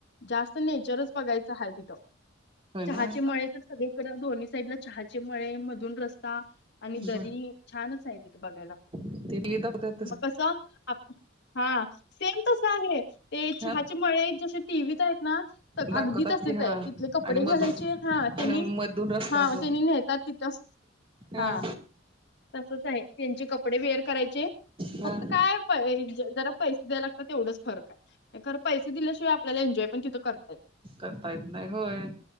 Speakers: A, on the left (about 60°); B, on the right (about 25°).
A: जास्त नेचरच बघायचं आहे तिथं.
B: होय
A: चहाचे
B: ना
A: मळे तर सगळे परत दोन्ही साईडला चहाचे मळे मधून रस्ता. आणि दरी
B: बर
A: छानच आहे तिथे बघायला.
B: ते टी व्ही दाखवतात तसं
A: मग कसं आप हा सेम तसं आहे, ते चहाचेमळे
B: हा
A: जसे टीव्हीत आहेत ना अगदी
B: दाखवतात
A: तसेच
B: की हा
A: आहे. तिथले कपडे
B: आणि मधून
A: घालायचे हा त्यांनी
B: आणि मधून रस्ता
A: हा
B: तो
A: त्यांनी नेताात तिथं
B: ह
A: हा तसंच आहे. त्यांची कपडे वेअर करायचे,
B: ह
A: फक्त काय जरा पैसे द्याय लागतात तेवढच फरक आहे. खर पैसे दिल्याशिवाय आपल्याला एन्जॉय पण तिथं करत
B: करता येत नाही होय.